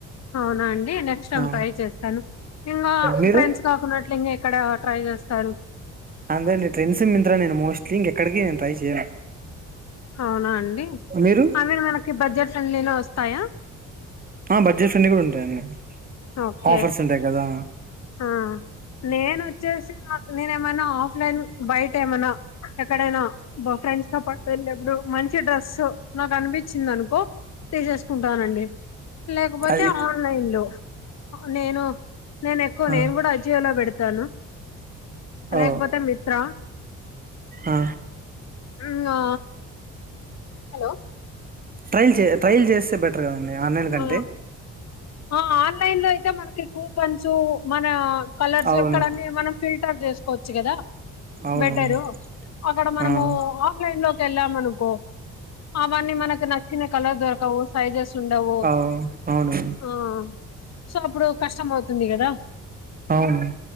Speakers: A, on the left; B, on the right.
A: అవునా అండి నెక్స్ట్ టైమ్
B: ఆ
A: ట్రై చేస్తాను ఇంకా
B: మీరు
A: ట్రెండ్స్ కాకున్నట్లు ఇంక ఇక్కడ ట్రై చేస్తారు
B: అంతే అండి ట్రెండ్స్ మిన్త్ర నేను మోస్ట్లీ ఇంకెక్కడికి నేను ట్రై చేయను
A: అవునా అండి
B: మీరు
A: ఐ మీన్ మనకి బడ్జెట్ ఫ్రెండ్లీలో వస్తాయా
B: ఆ బడ్జెట్ ఫ్రెండ్లీ కూడా ఉంటాయండి
A: ఓకే
B: ఆఫర్స్ ఉంటాయి కదా
A: ఆ నేనుచ్చేసి నాకు నినే ఏమైనా ఆఫ్లైన్ బయట ఏమనా ఎక్కడైనా మా ఫ్రెండ్స్ తో పాటు వెళ్ళేప్పుడు మంచి డ్రెస్ నాకు అనిపించింది అనుకో తీసేసుకుంటానండి లేకపోతే
B: అది
A: ఆన్లైన్ లో నేను నేను ఎక్కువ
B: ఆ
A: నేను కూడా అజియోలో వెడతాను
B: ఓ
A: లేకపోతే మిత్ర
B: ఆ
A: ఇంగా హలో
B: ట్రైల్ చే ట్రైల్ చేసి సే బెటర్ కదండి ఆన్లైన్ కంటే
A: ఆ ఆ ఆన్లైన్ లోయి అతే మనకి కూపన్స్ మన కలర్స్
B: అవును
A: ఇక్కడ అన్ని మనం ఫిల్టర్ చేసుకోవచ్చు వచ్చు కదా
B: అవునవును
A: బెటరు అక్కడ మనము
B: ఆ
A: ఆఫ్లైన్ లోకి వెళ్ళాం అనుకో అవన్నీ మనకు నచ్చిన కలర్ దొరకవు సైజెస్ ఉండవు
B: అవు అవును
A: ఆ సో అప్పుడు కష్టమవుతుంది కదా
B: అవును